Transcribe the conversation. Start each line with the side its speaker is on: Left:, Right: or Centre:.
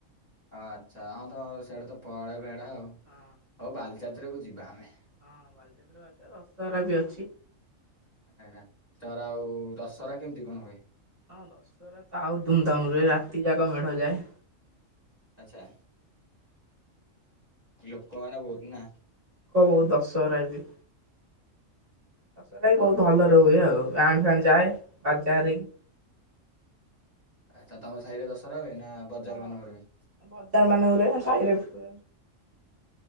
Left: ଆଚ୍ଛା ହଁ ତମର ସିଆଡେ ତ ପଳେ ବେଡା ଆଉ
Right: ହଁ
Left: ହଉ ବାଲିଯାତ୍ରାକୁୁ ଯିବା ଆମେ।
Right: ହଁ ବାଲିଯାତ୍ରା ଦଶହରା ବି ଅଛି।
Left: ଆଜ୍ଞା ତର ଆଉ ଦଶହରା କେମିତି କଣ ହୁଏ?
Right: ହଁ ଦଶହରା ତ ଆଉ ଧୁମଧାମରେ ହୁଏ ରାତି ଯାକ ମେଢ ଯାଏ।
Left: ଆଚ୍ଛା। ଲୋକ ମାନେ ବହୁତୁନା।
Right: ହୋ ବହୁତ୍ ଦଶହରାବି। ଦଶହରାବି
Left: ଓ
Right: ବହୁତ୍ ଭଲରେ ହୁଏ ଆଉ ଗାଡ୍ ଫାଡ୍ ଯାଏ ବାଜାହରେକି
Left: ଆଚ୍ଛା ତମ ସାହିରେ ଦଶହରା ହୁଏ ନା ବଜାର
Right: ହଁ
Left: ମାନଙ୍କରେ ହୁଏ।
Right: ବଜାର ମାନଙ୍କରେ ହୁଏ ଆମ ସାଇରେବି